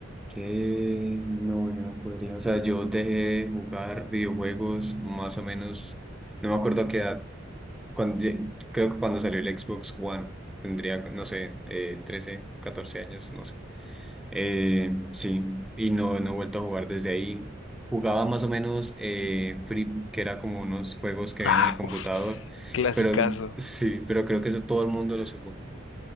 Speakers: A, in the centre; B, on the left.
A: Que no, yo no podría. O sea, yo dejé de jugar videojuegos más o menos, no me acuerdo a qué edad, cuando, creo que cuando salió el Xbox One, tendría, no sé, eh, 13, 14 años, no sé. Eh, sí, y no, no he vuelto a jugar desde ahí. Jugaba más o menos eh, Free, que era como unos juegos que había
B: Ah,
A: en el computador,
B: uf, clasicazo.
A: pero sí, pero creo que eso todo el mundo lo jugó.